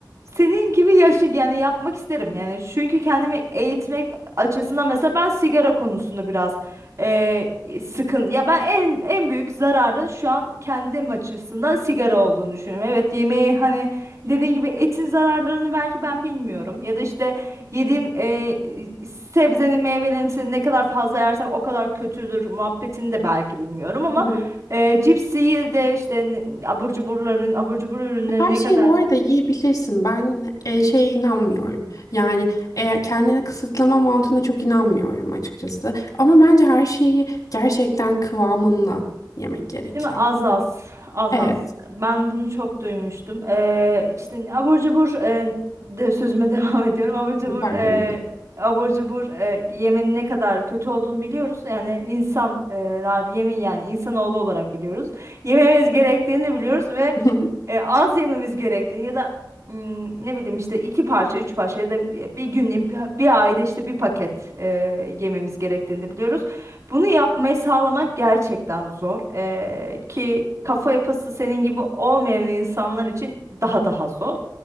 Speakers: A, on the right (about 45°); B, on the left (about 55°).
A: senin gibi yaşı yani yapmak isterim yani çünkü kendimi eğitmek açısından mesela ben sigara konusunda biraz eee, sıkın ya ben en en büyük zararın şu an kendim açısından sigara olduğunu düşünüyorum. Evet yemeği hani dediğin gibi etin zararlarını belki ben bilmiyorum ya da işte yediğim eee, sebzenin meyvelerin işte ne kadar fazla yersem o kadar kötüdür muhabbetini de belki bilmiyorum ama
B: Hı hı.
A: eee cipsi de işte ne- abur cuburların abur cubur ürünleri
B: Her
A: ne
B: şeyi
A: kadar
B: bu arada yiyebilirsin. Ben e, şeye inanmıyorum. Yani eğer kendini kısıtlama mantığına çok inanmıyorum açıkçası. Ama bence her şeyi gerçekten kıvamında yemek gerekiyor.
A: Değil mi? Az az. Az
B: Evet.
A: az. Ben bunu çok duymuştum. Ee, işte abur cubur e, de sözüme <laughs> devam ediyorum. Abur cubur
B: Pardon.
A: e, abur cubur e, yemenin ne kadar kötü olduğunu biliyoruz. Yani insanlar e, yemin yani insanoğlu olarak biliyoruz. Yememiz gerektiğini de biliyoruz ve
B: evet. <laughs>
A: e, az yememiz gerektiğini ya da mm, ne bileyim işte iki parça, üç parça ya da bir gün bir, bir ayda işte bir paket e, yememiz gerektiğini de biliyoruz. Bunu yapmayı sağlamak gerçekten zor. Ee, ki kafa yapısı senin gibi olmayan insanlar için daha daha zor.